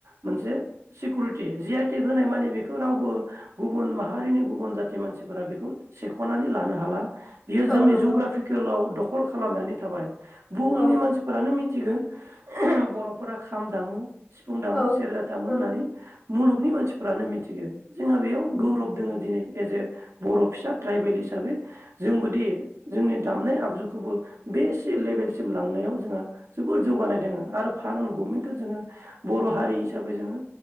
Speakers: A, on the right; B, in the centre.
A: मोनसे सिक रिटि जि आइ टेक होनाय माने बेखौ रावबो गुबुन माहारिनि गुबुन जाथि मानसिफोरा बेखौ सेख नानै लानो हाला। बियो
B: औ
A: जोंनि
B: नंगौ
A: जग्राफिकेलाव दख कल खालामनानै थाबाय। बुहुमनि
B: औ
A: मानसिफोरानो मि थिगोन बर'फोरा खाम दामो सिफुं दामो
B: औ
A: सेरजा थामोन
B: औ
A: होननानै मुलुगनि मानसिफोरानो मिथिगोन जोंहा बे गौरब
B: उम
A: दोङो दिनै एजे बर'फिसा ट्राइबेल हिसाबै जोंबोदि जोंनि दामनाय आगजुखौबो बेसे लेभेलसिम लांनायाव जोंहा जोबोर जौगानाय दोङो आरो फार्मार गभमेन्टखौ जोङो बर हारि हिसाबै जोङो